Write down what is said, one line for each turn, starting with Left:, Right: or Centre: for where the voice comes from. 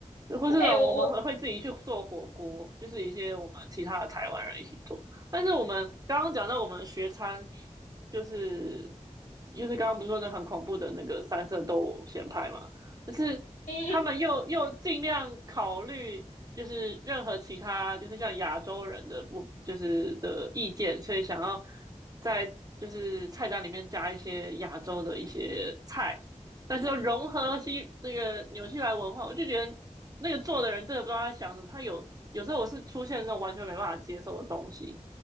Right: 或这种我们会会自己去做火锅，
Left: 哎、我我
Right: 就是一些我们其他的台湾人一起做。但是我们刚刚讲到我们学餐，就是就是刚刚不是说那很恐怖的那个三色豆咸派嘛，就是他们又又尽量考虑就是任何其他就是像亚洲人的不就是的意见，
Left: 嗯，
Right: 所以想要在就是菜单里面加一些亚洲的一些菜，但是又融合西这个纽西兰文化，我就觉得那个做的人真的不知道他想什么。他有有时候我是出现那种完全没办法接受的东西，